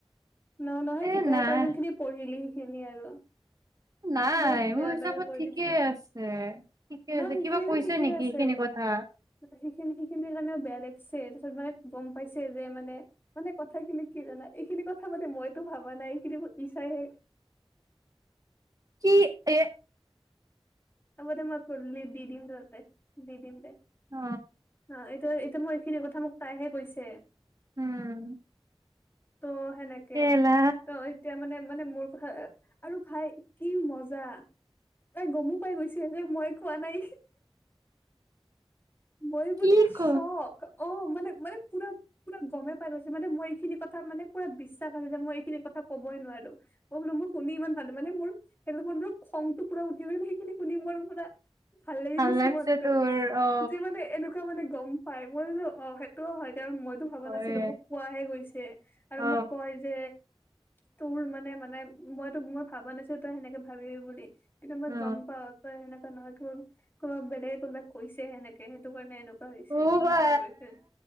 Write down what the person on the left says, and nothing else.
নহয়-নহয়,
তেতিয়া
তই যোনখিনি পঢ়িলি। খিনি আৰু
বহুত বেয়া
বেয়াকে কৈ
দিচে,
নহয়
সেইখিনিটো
ঠিকেই
আছে,
সেইখিনি- সেইখিনিৰ কাৰণেও বেয়া লা ছে', তাৰপিছত মানে গম পাইছে যে', মানে, মানে কথাখিনি কি জানা, এইখিনি কথা মানে মইতো ভাবা নাই এইখিনি ইছাইহে
হবদে মই ', কল্লি দি', - দিম- দে তাতে, দি-দিম দে।
অ, 'এইটো আৰু তোমাৰ এইখিনি কথা মোক তাইহে কৈছে।
ত', সেনেকে,
ত', এতিয়া মানে, মানে মোক হা, আৰু ভাই কি মজা, তাই গ তাই গৈছে যে মই খোৱা নাই, মইয়ো বোলো
স্বক অ', মানে- মানে পুৰা, পুৰা গমে পাই গৈছো, মানে মই এইখিনি কথা মানে পুৰা বিশ্বাস আছে যে, মই এইখিনি কথা কবই নোৱাৰো, মই বোলো মোৰ শুনি ইমান ভাল, মানে মোৰ সেইদিনাখন টো খংতটো পুৰা উঠি গ' ল মানে সেইখিনি শুনি মোৰ পুৰা ভাল -লাগি গেছে
মনটো,
যে', মানে এনেকুৱা মানে গম পাই মোৰ আৰু অ, ' সেইটোও হয় কাৰণ, মইতো ভাবা
নাছিলো মোক কোৱাহে গৈছে, আৰু
মোক কয় যে তোৰ মানে-মানে, মই তো', মই ভাবা নাছিলো তই, হেনেকে ভাবিবি বুলি। কিন্তু মই
গম পা ত', হেনেকা নহয়, ধৰ কোনোবা বেলেগে কোনোবা কৈছে হেনেকে সেইটো কাৰণে এনেকুৱা পঢ়িছে,
সেনেকা
কৈছে,